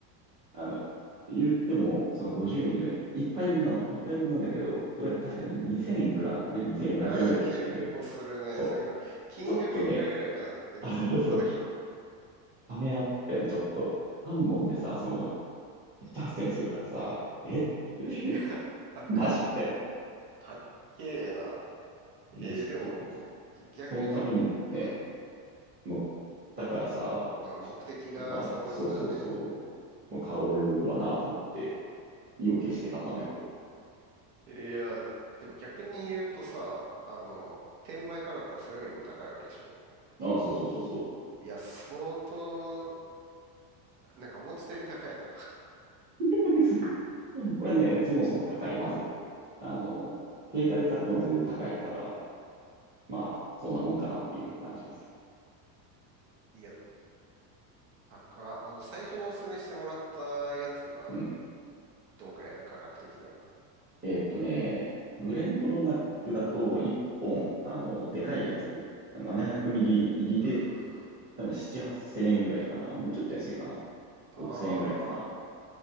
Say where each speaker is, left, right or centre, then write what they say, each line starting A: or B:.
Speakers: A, on the right; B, on the right.
A: あの、言っても、その50ミリの一杯分なの。一杯分なんだけど、それは確かね、2000いくらなのね。2400円ぐらいで売ってるんだけど。
B: ああ、結構するね。
A: そう。
B: そう、今、金額いくらぐらいかなって聞こうと思ったんだけど。
A: ちょっとね、<laughs> あ、そうそう、ためらったよね、ちょっと。3本でさ、その、7、8000円するからさ、えって思って
B: <laughs> いや、
A: <laughs>
B: 高っ。
A: マジみたいな。
B: 高っけえな。
A: いや、
B: えー、
A: ちょっとこ、
B: でも、ぎ逆言うと、
A: そのためにね、
B: うん。
A: 乗ったからさ、
B: まあ、目的がそうなってたらね。
A: ちょっとまあ、そうそうそう、もう買うわなと思って、意を決して買ったんだけど。
B: いや、でも逆に言うとさ、あの、転売価格はそれよりも高いわけでしょ。
A: ああ、そうそうそうそう。
B: いや、相当、なんか思ってたより高いな。
A: <laughs> これね、そもそも高い、まず。あの、定価で買っても全然高いから、まあ、そんなもんかなっていう感じはする。
B: いや、高っ。あの、最初にお勧めしてもらったやつは、
A: うん。
B: どんくらい価格的には。
A: えーっとね、グレンドロナックだと1本、あの、でかいやつ、700ミリ入りで、
B: うん、うん、うん。
A: 多分7、8千円ぐらいかな。もうちょっと安いかな。
B: あ
A: 6千円ぐらいかな。
B: あ、